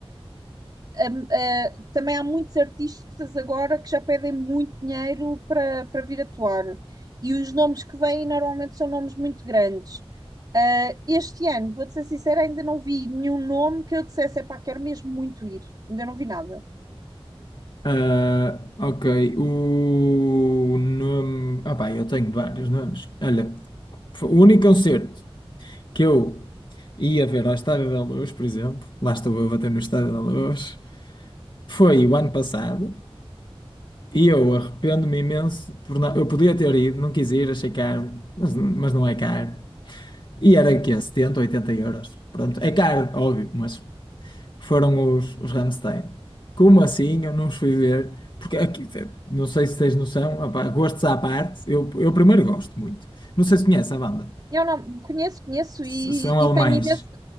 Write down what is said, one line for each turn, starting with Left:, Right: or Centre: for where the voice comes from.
Right: hum, ah, também há muitos artistas agora que já pedem muito dinheiro para, para vir atuar. E os nomes que vêm normalmente são nomes muito grandes. Ah, este ano, vou-te ser sincera, ainda não vi nenhum nome que eu dissesse, epá, quero mesmo muito ir. Ainda não vi nada.
Left: Ah, ok. O nome. Ah, pá, eu tenho vários nomes. Olha, foi o único concerto que eu ia ver à Estádio da Luz, por exemplo, lá estou eu a bater no Estádio da Luz, foi o ano passado. E eu arrependo-me imenso por não... Eu podia ter ido, não quis ir, achei caro, mas, mas não é caro. E era aqui é 70, 80 euros. Pronto, é caro, óbvio, mas foram os, os Rammstein. Como assim? Eu não os fui ver. Porque aqui, eh, não sei se tens noção, opá, gostos à parte, eu, eu primeiro gosto muito. Não sei se conhece a banda.
Right: Eu não conheço, conheço
Left: S-
Right: e,
Left: são
Right: e
Left: alemães.
Right: tenho imenso.